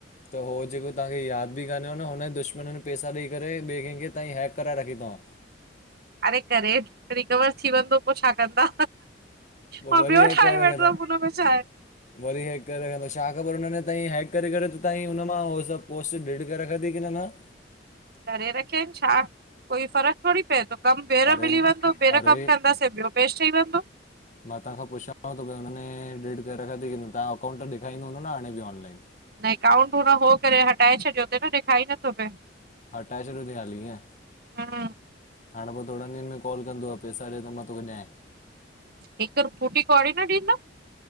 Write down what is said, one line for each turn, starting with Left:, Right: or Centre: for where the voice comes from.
Left: त हो ॼेको तहांखे याद ॿि कान्हे न, हुनन दुश्मनन पैसा ॾई करे ॿिए केंखे तव्हां जी हैक कराए रखी तंव।
Right: अरे! करे रिकवर थी वेंदो पो छा कंदा?
Left: पोइ
Right: मां
Left: वरी
Right: ॿियो
Left: हैक
Right: ठाहे
Left: करे रखंदा
Right: वठदम हुनमें छाहे।
Left: वरी हैक करे रखंदो, छा ख़बर हुन ने ताईं हैक करे करे तांई हुन मां हो सभ पोस्ट डिड करे रखंदी कि न न।
Right: करेे रखे, छा कोई फ़र्क़? थोड़ी पए थो, कम ॿियर
Left: अरे
Right: मिली वेंदो, ॿेहर
Left: अरे
Right: कम कंदासीं ॿियो पेज ठही वेंदो।
Left: मां तव्हां खां पुछांव तो पियो? हुनने डिलीट करे रखां तई कि न, तव्हां अकाउंट ॾेखाइंदो हूंदो न हाणे ॿि ऑनलाइन?
Right: न एकाउंट हुन हो करे हटाए छॾियो तई न, ॾेखाई नथो पए।
Left: हटाए छॾियो तंईं हाली ईंअं।
Right: हा
Left: हाणे पो थोड़न ॾींहंन में काल कंदुव, पैसा ॾे त मां तोखे ॾियांए।
Right: हिक फूटी कौड़ी न ॾींदम।